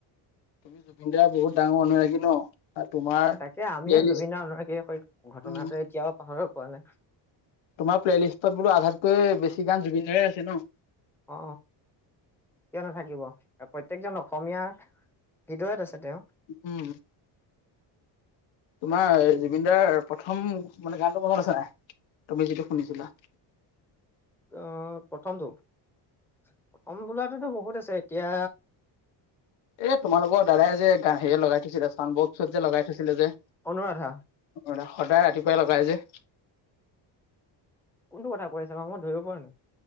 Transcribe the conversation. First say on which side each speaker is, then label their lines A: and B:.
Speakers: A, on the left; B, in the centre.
A: তুমি জুবিন দাৰ বহুত ডাঙৰ অনুৰাগী ন আৰু তোমাৰ
B: অ তাকে আমিও
A: প্লে লিষ্ট
B: জুবিন দাৰ অনুৰাগীয়ে হয় ঘটনাটো
A: উম
B: এতিয়াও পাহৰিব পোৱা নাই।
A: তোমাৰ প্লেলিষ্টত বোলো আধাতকৈ বেছি গান জুবিন দাৰে আছে ন
B: অ, কিয় নাথাকিব এ প্ৰত্যেকজন অসমীয়াৰ হদয়ত আছে তেওঁ।
A: উম, তোমাৰ জুবিন দাৰ প্ৰথম মানে গানটো মনত আছ নাই? তুমি যিটো শুনিছিলা?
B: অ প্ৰথমটো প্ৰথম বোলাটোতো বহুত আছে এতিয়া
A: এ তোমালোকৰ দাদাই যে হেৰিয়ত লগাই থৈছিলে যে চাউণ্ড বকচত যে লগাই থৈছিলে যে
B: অনুৰাধা।
A: অণুৰাধা সদায় ৰাতিপুৱাই লগাই যে
B: কোনটো কথা কৈ আছা ম মই ধৰিব পৰা নাই?